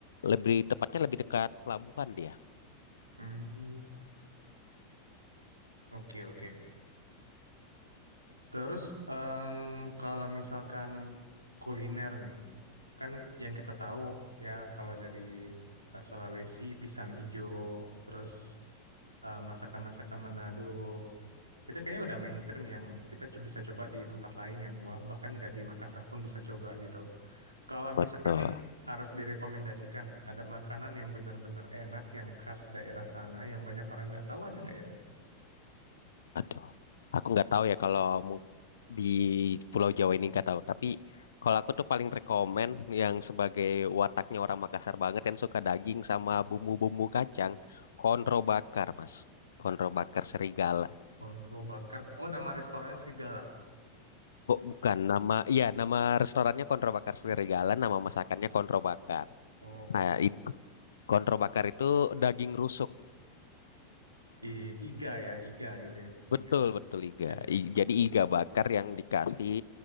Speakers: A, on the left; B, on the right.
A: lebih tepatnya lebih dekat pelabuhan dia.
B: Hmm, Oke oke. Terus em, kalau misalkan kuliner nih, kan yang kita tahu ya kalau dari eh, Sulawesi pisang ijo, terus eh, masakan-masakan Manado itu kayaknya udah mainstream yang kita cu- bisa coba di tempat lain yang wah bahkan nggak di Makassar pun bisa coba gitu. Kalau
A: Betul.
B: misalkan nih harus direkomendasikan ada makanan yang benar-benar enak yang khas daerah sana yang banyak orang nggak tahu ada nggak ya?
A: Waduh. Aku nggak tahu ya kalau mung- di Pulau Jawa ini nggak tahu. Tapi kalau aku tuh paling rekomen yang sebagai wataknya orang Makassar banget yang suka daging sama bumbu-bumbu kacang, konro bakar, Mas. Konro bakar serigala.
B: Konro Bakar. Oh nama restorannya Serigala.
A: Bu- bukan nama, ya nama restorannya konro bakar serigala, nama masakannya konro bakar.
B: Oke.
A: Nah, itu konro bakar itu daging rusuk.
B: I- Iga ya, Iga gitu ya.
A: Betul,
B: Iga.
A: betul iga.
B: Yes.
A: I- jadi iga bakar yang dikasih